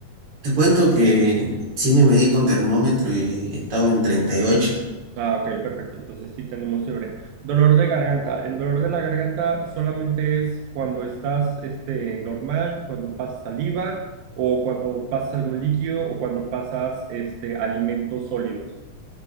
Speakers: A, on the right; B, on the right.
A: Te cuento que sí me medí con termómetro y he estado en 38
B: Ah, ok, perfecto. Entonces sí tenemos fiebre. Dolor de garganta. El dolor de la garganta solamente es cuando estás este, normal, cuando pasas saliva o cuando pasas algún líquido o cuando pasas este, alimentos sólidos.